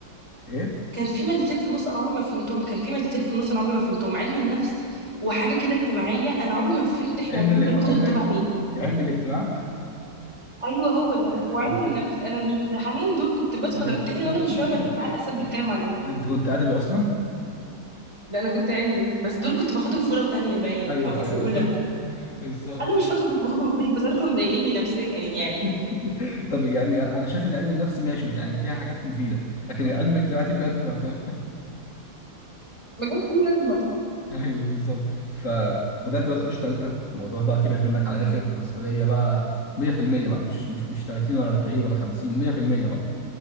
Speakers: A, on the left; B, on the right.
A: إيه
B: كان في مادتين في النص انا عمري ما فهمتهم كان في مادتين في النص انا عمري ما فهمتهم علم النفس وحاجه كده اجتماعيه انا عمري ما فهمت احنا
A: علم
B: دول
A: ال-
B: بناخدهم
A: علم
B: تبع
A: ال-
B: مين
A: علم الاجتماع
B: ايوه هو ده
A: <laughs>
B: وعلم النفس انا الامتحانين دول كنت بدخل
A: أيوة.
B: امتحن
A: <laughs>
B: وانا مش فاهمه الامتحان اساسا بيتكلم عن ايه
A: انت كنت ادبي اصلا
B: لا انا كنت علمي بس دول كنت باخدهم في اولى وتانية باين
A: ايوه
B: او في
A: ايوه
B: اولى
A: <laughs> بالظبط
B: انا مش فاكره كنت باخدهم فين بس انا كانوا مضايقني نفسيا
A: <laughs>
B: يعني
A: طب يعني انا شايف ان علم النفس ماشي يعني فيها حاجات مفيده لكن علم الاجتماعي بجد ما كان-
B: ما كانش ليه لازمه
A: <laughs> ايوه بالظبط فبدات بقى تخش ثالثه الموضوع بقى كبر منك على الاخر مسؤوليه بقى 100% بقى مش مش مش 30 ولا 40 ولا 50 100% بقى